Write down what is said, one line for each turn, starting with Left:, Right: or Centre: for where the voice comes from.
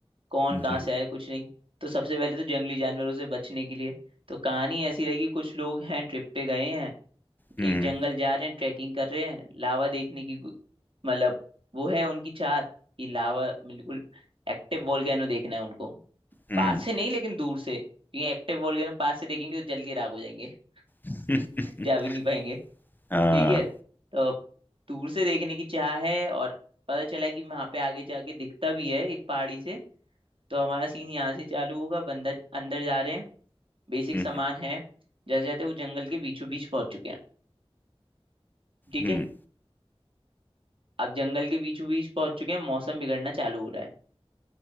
Right: कौन कहाँ
Left: जी
Right: से आया कुछ नहीं तो सबसे पहले तो जंगली जानवरों से बचने के लिए तो कहानी ऐसी रही कि कुछ लोग हैं ट्रिप पे गए हैं
Left: हम्म
Right: एक जंगल जा रहे हैं ट्रैकिंग कर रहे हैं लावा देखने की गु- मतलब वो है उनकी चाहत कि लावा बिल्कुल एक्टिव वोल्केनो देखना है उनको
Left: हम्म
Right: पास से नहीं लेकिन दूर से क्योंकि एक्टिव वोल्केनो पास से देखेंगे तो जल के राख हो जाएंगे <laughs>
Left: <laughs>
Right: जा भी नहीं पाएंगे
Left: हाँ
Right: ठीक है तो दूर से देखने की चाह है और पता चला कि वहां पे आगे जाके दिखता भी है एक पहाड़ी से तो हमारा सीन यहाँ से चालू होगा बंदा अंदर जा रहे हैं बेसिक
Left: हम्म,
Right: सामान है जैसे जाते वो जंगल के बीचों बीच पहुंच चुके हैं ठीक
Left: हम्म।
Right: है अब जंगल के बीचों बीच पहुंच चुके हैं मौसम बिगड़ना चालू हो रहा है